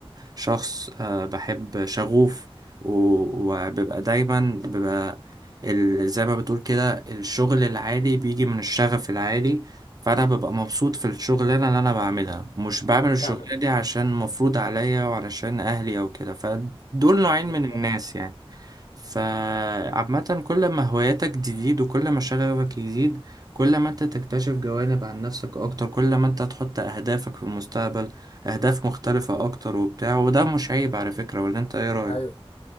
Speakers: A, on the right; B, on the left.
A: شخص آه، بحب شغوف و- وببقى دايما ببقى ال- زي ما بتقول كده الشغل العالي بيجي من الشغف العالي فأنا ببقى مبسوط في الشغلانة اللي أنا بعملها مش بعمل الشغلانة
B: فاهمك
A: دي عشان مفروض عليا وعلشان أهلي أو كده فدول نوعين
B: بالظبط.
A: من الناس يعني فعامة كل ما هواياتك تزيد وكل ما شغفك يزيد كل ما انت تكتشف جوانب عن نفسك اكتر كل ما انت تحط اهدافك في المستقبل اهداف مختلفة اكتر وبتاع وده مش عيب على فكرة ولا انت ايه رأيك؟
B: أيوه